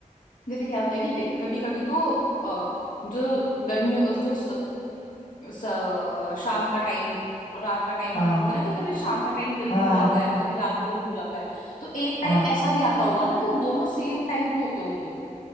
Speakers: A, on the left (about 80°); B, on the left (about 65°).
A: जैसे क्या होता है कि देख कभी कभी तो अ, जो गर्मी जो अ, स- शाम का टाइम और रात का टाइम
B: हाँ
A: होता है ना कि कभी शाम का टाइम जल्दी
B: हाँ
A: हो जाता है कभी रात का जल्दी हो जाता है तो एक टाइम
B: हाँ
A: ऐसा भी आता होगा ना जब दोनों सेम टाइम पे होते होंगे